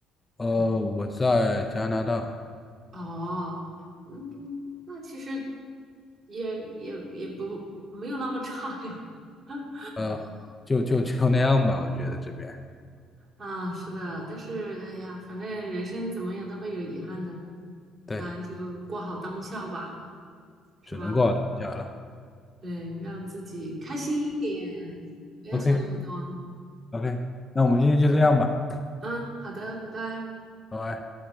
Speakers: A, on the left (about 20°); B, on the right (about 45°).
A: 呃，我在加拿大，
B: 哦，嗯，那其实也也也不没有那么差呀。<laughs>
A: 呃，就就就那样吧，我觉得这边
B: 啊，是的，但是哎呀，反正人生怎么样都会有遗憾的，
A: 对，
B: 咱就过好当下吧，是吧？
A: 只能过到当下了。
B: 对，让自己开心一点，不要想那么多。
A: OK OK，那我们今天就这样吧，
B: 嗯，好的，拜拜。
A: 拜拜。